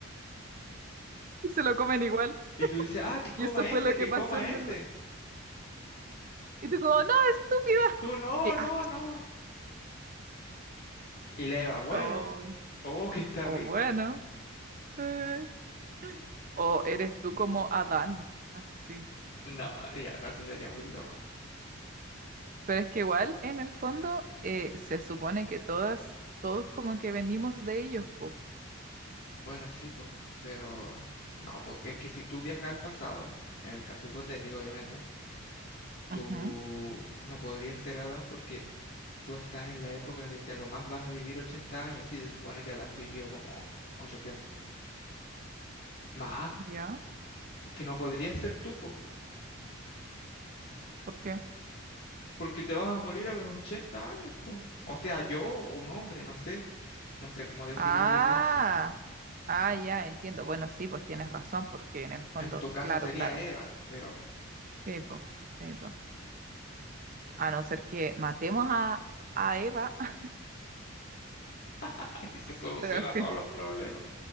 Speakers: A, on the right (about 40°); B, on the left (about 50°).
A: Y se lo comen igual.
B: Y tú dices, ah, que coma
A: Y eso fue
B: ese,
A: lo que
B: que
A: pasó
B: coma
A: en
B: ese.
A: verdad. Y tú como, no, estúpida.
B: Tú, no,
A: Y,
B: no,
A: ah,
B: no. Y le va, bueno,
A: o,
B: oh, que está
A: o
B: rico.
A: bueno. eh, O eres tú como Adán, así.
B: No, ya, no, eso sería muy loco.
A: Pero es que igual, en el fondo, eh, se supone que todas, todos como que venimos de ellos, po.
B: Bueno, sí, pues, pero no, porque es que si tú viajas al pasado, en el caso hipotético, obviamente, tú
A: Ujú,
B: no podrías ser Adán porque tú estás en la época de que a lo más vas a vivir 80 años y se supone que Adán vivió como 800. Más,
A: ¿Ya?
B: que no podrías ser tú, po,
A: ¿Por qué?
B: porque te vas a morir a los 80 años, po. O sea, yo, un hombre, no sé, no sé cómo decir
A: Ah,
B: lo que pienso.
A: ah, ya, entiendo. Bueno, sí, pues tienes razón, porque en el fondo,
B: En tu caso
A: claro,
B: sería
A: claro.
B: Eva, pero
A: Sí, po, sí, po. A no ser que matemos a, a Eva, <laughs>
B: <laughs> aquí se soluciona
A: pero al final
B: todos los problemas.